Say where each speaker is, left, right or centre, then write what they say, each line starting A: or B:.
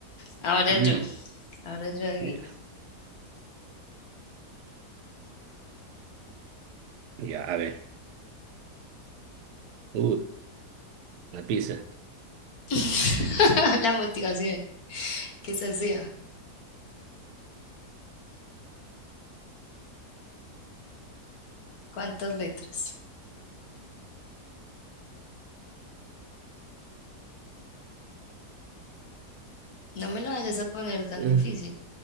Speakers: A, on the left; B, on the right.
A: Ahora
B: Mm,
A: yo. Ahora yo adivino.
B: ya. Ya, a ver. Uh, la pizza.
A: <laughs> La motivación. Que se sea. ¿Cuántas letras? No me lo vayas a poner tan
B: Eh,
A: difícil.